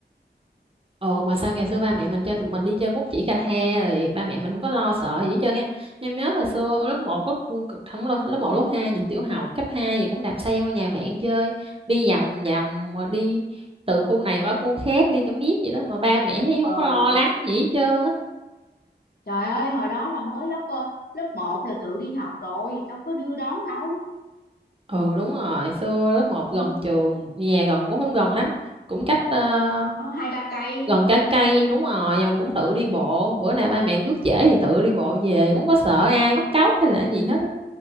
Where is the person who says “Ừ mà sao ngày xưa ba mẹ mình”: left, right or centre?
Right